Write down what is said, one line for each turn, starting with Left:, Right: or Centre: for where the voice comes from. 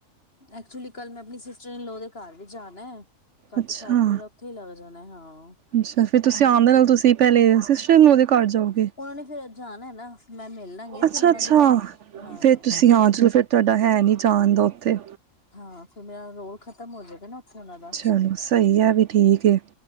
Left: ਐਕਚੁਲੀ ਕੱਲ ਮੈਂ ਆਪਣੀ ਸਿਸਟਰ ਨੇ ਲੋ ਦੇ ਘਰ ਵੀ ਜਾਣਾ ਹੈ ਕੱਲ
Right: ਅੱਛਾ,
Left: ਤਾਂ ਸਾਰਾ ਦਿਨ ਮੇਰਾ ਉੱਥੇ ਹੀ ਲੱਗ ਜਾਣਾ ਹਾਂ
Right: ਅੱਛਾ ਫਿਰ ਤੁਸੀਂ ਆਉਦੇ ਨਾਲ ਤੁਸੀਂ ਪਹਿਲੇ <unintelligible> ਘਰ ਜਾਓਗੇ
Left: ਉਹਨਾਂ ਨੇ ਫੇਿਰ ਜਾਣਾ ਨਾ ਮੈਂ ਮਿਲ ਲਾਂਗੀ
Right: ਅੱਛਾ-ਅੱਛਾ
Left: ਫਿਰ ਉਹਨਾਂ ਦੀ ਹਾਂ
Right: ਫਿਰ ਤੁਸੀਂ
Left: ਉਹਨਾਂ
Right: ਹਾਂ
Left: ਨੇ
Right: ਚਲੋ ਫਿਰ ਤੁਹਾਡਾ ਹੈ ਨੀ ਜਾਣ ਦਾ ਉੱਥੇ
Left: ਹਾਂ ਫਿਰ ਮੇਰਾ ਰੋਲ ਖ ਹੋ ਜਾਵੇਗਾ ਨਾ ਉੱਥੇ ਉਹਨਾਂ ਦਾ
Right: ਚਲੋ ਸਹੀ ਹੈ। ਵੀ ਠੀਕ ਹੈ।